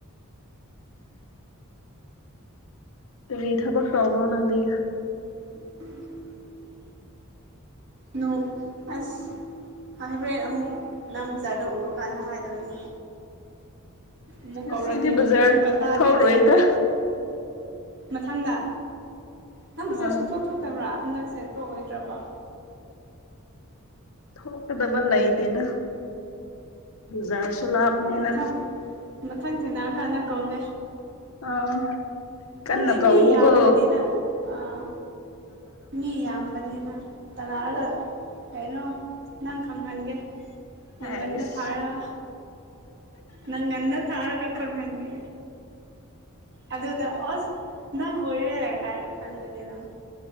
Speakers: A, on the left; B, on the right.
A: ꯀꯗꯤ ꯊꯕꯛ ꯇꯧꯕ꯭ꯔꯣ ꯅꯪꯗꯤ
B: <inaudible> ꯅꯣꯛ ꯑꯁ ꯑꯍꯥꯏꯕ꯭ꯔꯦꯟ ꯑꯃꯨꯛ ꯅꯪ ꯕꯖꯥꯔꯗ ꯎꯔ ꯀꯥꯟꯗ ꯍꯥꯏꯗꯕꯅꯦ ꯑꯃꯨꯛ
A: ꯉꯁꯤꯗꯤ
B: ꯀꯧꯔꯛꯀꯦ
A: ꯕꯖꯥꯔ
B: ꯑꯃꯨꯛꯀ ꯇꯥꯗ꯭ꯔꯗꯤ
A: ꯊꯧꯔꯣꯏꯗ
B: ꯃꯊꯪꯗ ꯅꯪ ꯕꯥꯖꯔ
A: ꯑꯥ
B: ꯁꯨꯊꯣꯛ ꯊꯣꯛꯇꯕ꯭ꯔꯥ ꯍꯟꯗꯛꯁꯦ ꯊꯣꯛꯑꯣꯏꯗ꯭ꯔꯕ
A: ꯊꯣꯛꯀꯗꯕ ꯂꯩꯇꯦꯗ ꯕꯨꯖꯥꯔꯁꯨ ꯂꯥꯞꯄꯅꯤꯅ
B: ꯃꯊꯪ ꯃꯊꯪ ꯊꯦꯡꯅꯔ ꯀꯥꯟꯅ ꯀꯧꯒꯦ
A: ꯑꯥ ꯀꯟꯅ
B: ꯈꯪꯗꯦ
A: ꯀꯧ
B: ꯃꯤ ꯌꯥꯝꯕꯅꯤꯅ
A: ꯀꯣ
B: ꯑꯥ ꯃꯤ ꯌꯥꯝꯕꯅꯤꯅ ꯇꯥꯟꯅꯔꯒ ꯀꯩꯅꯣ ꯅꯪ ꯈꯪꯍꯟꯒꯦ ꯅꯪꯒꯟꯗ
A: ꯍꯥꯏꯁ
B: ꯊꯥꯔꯒ ꯅꯪꯒꯟꯗ ꯊꯥꯔꯒ ꯈꯪꯍꯟꯒꯦ ꯑꯗꯨꯗ ꯑꯁ ꯅꯪ ꯑꯣꯏꯔꯦ ꯍꯥꯏꯔ ꯈꯟꯒꯅꯤ ꯅꯪ